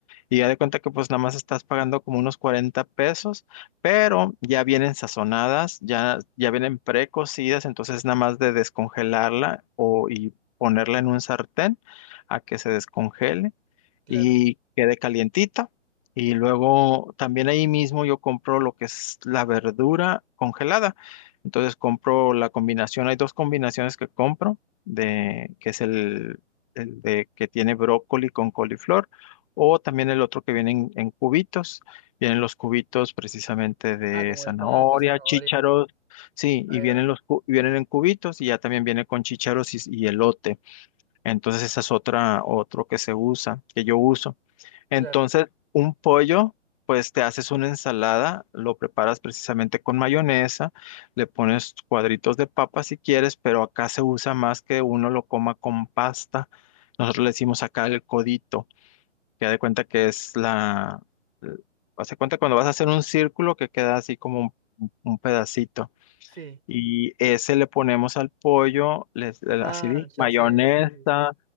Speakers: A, on the left (about 30°); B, on the right (about 55°).
A: Y ya de cuenta que pues nada más estás pagando como unos 40 pesos, pero ya vienen sazonadas, ya, ya vienen precocidas, entonces nada más de descongelarla o, y ponerla en un sartén a que se descongele
B: claro.
A: y quede calientita. Y luego también ahí mismo yo compro lo que es la verdura congelada. Entonces compro la combinación, hay dos combinaciones que compro, de, que es el, el de que tiene brócoli con coliflor, o también el otro que viene en, en cubitos. Vienen los cubitos precisamente de
B: Ah, como
A: zanahoria,
B: de papa, zanahoria.
A: chícharos, sí, y
B: Ahí
A: vienen
B: va,
A: los cu- vienen en cubitos y ya también viene con chícharos y, y elote. Entonces esa es otra, otro que se usa, que yo uso. Entonces,
B: claro.
A: un pollo, pues te haces una ensalada, lo preparas precisamente con mayonesa, le pones cuadritos de papa si quieres, pero acá se usa más que uno lo coma con pasta. Nosotros le decimos acá el codito, que haz de cuenta que es la... eh, Haz cuenta cuando vas a hacer un círculo que queda así como un un pedacito.
B: Sí.
A: Y ese le ponemos al pollo, les, le-
B: Ah,
A: así de
B: ya
A: mayonesa.
B: sé, sí, sí, sí.